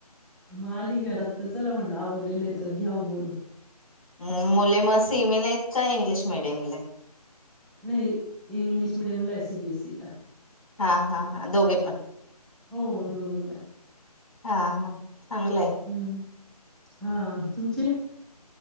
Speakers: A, in the centre; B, on the left (about 60°).
A: म अली घरात तर चला म्हंटलं आवरलेलं तर घ्याऊ बोलून.
B: मंग मुले म सेमी ला हेत का इंग्लिश मिडियमला?
A: नाही इंग्लिश मिडियम ला हे सीबीएसई ला
B: हा हा हा. अ दोघे पन
A: हो दोघे पण
B: हा हा. चांगलंय
A: हम्म हा. तुमचे